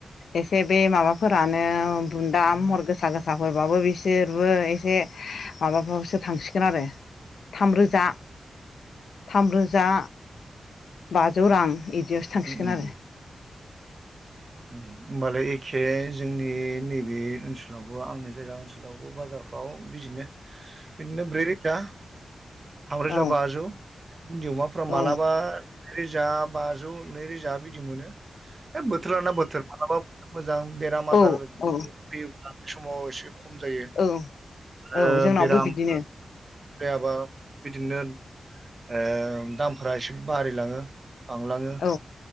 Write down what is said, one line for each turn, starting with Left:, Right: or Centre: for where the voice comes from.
Left: एसे बे माबाफोरानो बुन्दा महर गोसा गोसाफोरबाबो बिसोरबो एसे माबाफ्रावसो थांसि आरो थामरोजा थामरोजा बाजौ रां इदियावसो थांसिगोन
Right: उम उम
Left: आरो
Right: होनबालाय एखे जोंनि नैबे ओनसोलावबो आंनि जायगा ओनसोलावबो बाजारफ्राव बिदिनो बिदिनो ब्रै रोजा थामरोजा
Left: औ
Right: बाजौ उिन्न्दै अमाफोरा मालाबा
Left: औ
Right: रोजा बाजौ नैरोजा बिदि मोनो है बोथोराना बोथोर माबलाबाो मोजां बेराम आजार
Left: औ
Right: फैयोब्ला
Left: औ
Right: समाव एसे खम जायो
Left: औ औ
Right: ओ
Left: जोंनावबो
Right: बेराम
Left: बिदिनो
Right: जायाबा बिदिनो ओ दामफोरा एसे बारायलाङो, बांलाङो।
Left: औ